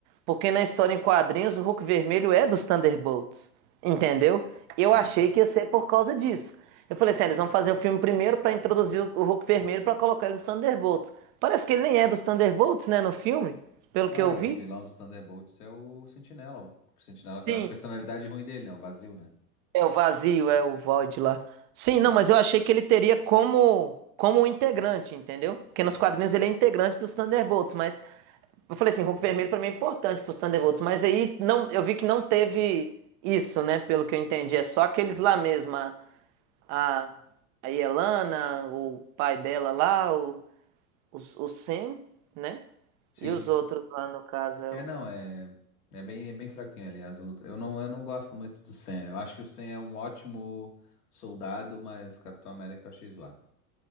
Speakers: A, on the right; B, on the left.
A: porque na história em quadrinhos o Hulk Vermelho é dos Thunderbolts, entendeu? Eu
B: Sim.
A: achei que ia ser por causa disso. Eu falei assim, ah, eles vão fazer o filme primeiro pra introduzir o o Hulk Vermelho pra colocar ele nos Thunderbolts. Parece que ele nem é dos Thunderbolts, né, no filme, pelo
B: Não,
A: que eu
B: é,
A: vi.
B: o vilão dos Thunderbolts é o Sentinela. O Sentinela com
A: Sim.
B: a personalidade ruim dele, né? O vazio, né?
A: É o vazio, é o void lá. Sim,
B: Sim.
A: não, mas eu achei que ele teria como como um integrante, entendeu? Porque
B: Uhum.
A: nos quadrinhos ele é integrante dos Thunderbolts, mas eu falei assim, Hulk Vermelho pra mim é importante pros Thunderbolts, mas aí não, eu vi que não teve isso, né, pelo que eu entendi, é só aqueles
B: Sim.
A: lá mesmo, a a, a Yelena, o pai dela lá, o, o, o Sam, né?
B: Sim.
A: E os outros lá no caso é
B: É,
A: o
B: não, é. É bem, é bem fraquinho ali as lutas. Eu não, eu não gosto muito do Sam. Eu acho que o Sam é um ótimo soldado, mas Capitão América eu achei zoado.